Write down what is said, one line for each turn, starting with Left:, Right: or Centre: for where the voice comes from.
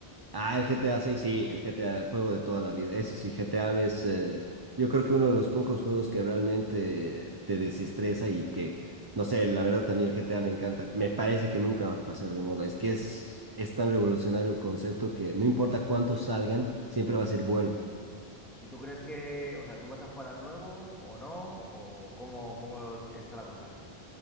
Right: Ah, el GTA seis sí, el GTA, juego de toda la vida. Eso sí, GTA es, eh, yo creo que uno de los pocos juegos que realmente te desestresa y que, no sé, la verdad también el GTA me encanta. Me parece que nunca va a pasar de moda. Es que es, es tan revolucionario el concepto que no importa cuántos salgan, siempre va a ser bueno.
Centre: ¿Y tú crees que, o sea, tú vas a jugar al nuevo o no? ¿O cómo, cómo está la cosa?